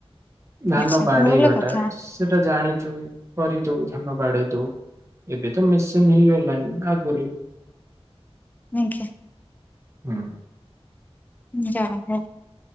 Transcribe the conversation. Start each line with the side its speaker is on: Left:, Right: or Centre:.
Right: ଧାନ
Left: ଆଚ୍ଛା
Right: ବାଡେଇବାଟା
Left: ଭଲ କଥା
Right: ସେଟା ଜାଣିଚୁ କରିଦଉ ଧାନ ବାଡେଇ ଦଉ। ଏବେ ତ ମେସିନ୍ ହେଇଗଲାଇ ଆଗୁରି
Left: ଆଜ୍ଞା।
Right: ହୁଁ।
Left: ଯା ହଉ।